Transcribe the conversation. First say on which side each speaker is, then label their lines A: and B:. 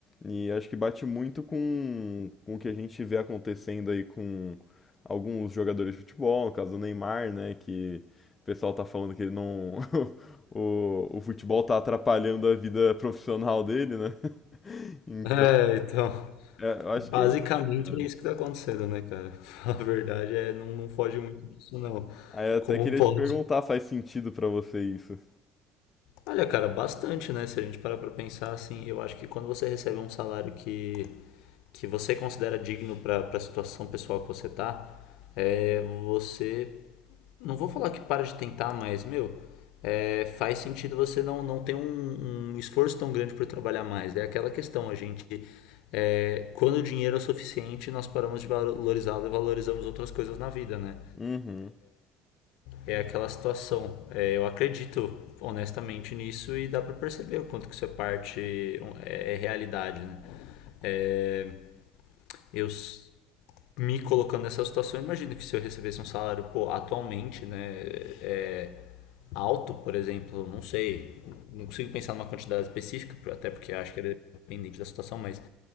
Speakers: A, on the left (about 30°); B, on the left (about 75°).
A: E acho que bate muito com, com o que a gente vê acontecendo aí com alguns jogadores de futebol, no caso do Neymar, né? Que o pessoal tá falando que ele não, <laughs> o, o futebol tá atrapalhando a vida profissional dele, né? <laughs> Então,
B: É, então.
A: é, eu acho
B: Basicamente
A: que é isso, cara.
B: é isso que tá acontecendo, né, cara? <laughs> A verdade é, não, não foge muito disso, não.
A: Aí eu até
B: Como
A: queria
B: pode?
A: te perguntar, faz sentido pra você isso?
B: Olha, cara, bastante, né? Se a gente parar pra pensar, assim, eu acho que quando você recebe um salário que, que você considera digno pra, pra situação pessoal que você tá, é, você. Não vou falar que para de tentar, mas, meu, é, faz sentido você não, não ter um, um esforço tão grande por trabalhar mais. É aquela questão, a gente. é, quando o dinheiro é o suficiente, nós paramos de valorizá-lo e valorizamos outras coisas na vida, né?
A: Uhum,
B: é aquela situação. É, eu acredito honestamente nisso e dá para perceber o quanto que isso é parte, é, é realidade. Né? É, eu me colocando nessa situação, eu imagino que se eu recebesse um salário, pô, atualmente, né, é, alto, por exemplo, não sei, não consigo pensar numa quantidade específica, até porque acho que era dependente da situação, mas